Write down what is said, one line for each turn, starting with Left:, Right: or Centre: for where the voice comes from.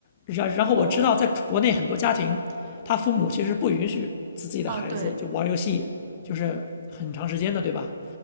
Left: 然然后我知道在国内很多家庭，
Right: 哦，
Left: 他父母其实不允许自自己的孩子就玩游戏，
Right: 嗯、对。
Left: 就是很长时间的，对吧？